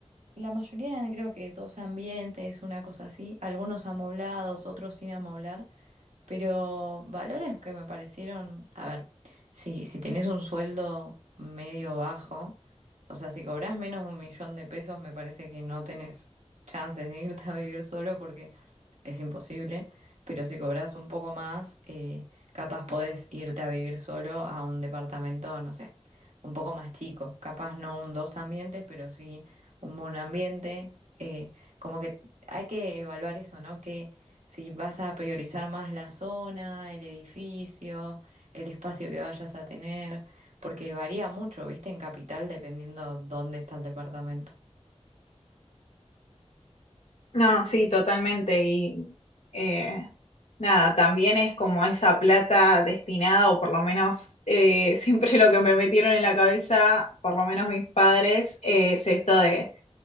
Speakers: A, on the right; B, on the left.
A: La mayoría eran creo que dos ambientes, una cosa así, algunos amoblados, otros sin amoblar, pero valores que me parecieron, a ver, si, si tenés un sueldo medio bajo, o sea, si cobrás menos de un millón de pesos, me parece que no tenés chances de irte a vivir solo porque es imposible. Pero si cobras un poco más, eh, capaz podés irte a vivir solo a un departamento, no sé, un poco más chico. Capaz no un dos ambientes, pero sí un monoambiente. eh, como que hay que evaluar eso, ¿no? Si vas a priorizar más la zona, el edificio, el espacio que vayas a tener, porque varía mucho, viste, en capital dependiendo dónde está el departamento.
B: No, sí, totalmente. Y eh, nada, también es como esa plata destinada, o por lo menos eh, <laughs> siempre lo que me metieron en la cabeza, por lo menos mis padres, eh, es esto de